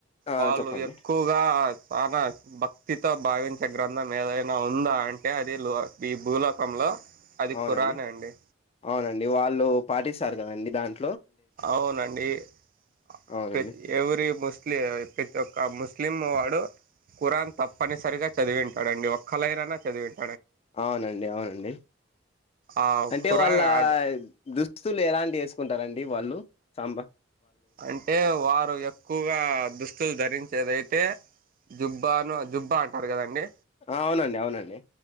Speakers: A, on the left; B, on the right.
A: ఆ
B: వాళ్ళు
A: చెప్పండి
B: ఎక్కువగా మన భక్తితో భావించే గ్రంథం ఏదైనా ఉందా అంటే అది లో ఈ భూలోకంలో అది
A: అవునండి
B: కురాన్ అండి
A: అవునండి వాళ్ళు పాటిస్తారు కదండి దాన్ని
B: అవునండితి
A: అవునండి
B: ఎవ్రీ ముస్లిం ప్రతి ఒక్క ముస్లిం వాడు కుఖరాన్ తప్పనిసరిగా చదివింటాడుడి ఒక్కలైనానా చదివింటాడు
A: అవునండి అవునండి
B: ఆ
A: అంటే
B: ఖురాన్
A: వాళ్ళ
B: అది
A: దుస్తులు ఎలాంటి వ కుంటారంండి వాళ్ళు సాంబార్
B: అంటే వారు ఎక్కువగా దుస్తులు ధరించేదియితే జుబ్బాను జుబ్బా అంటారు కదండి
A: ఆ అవునండి అవునండి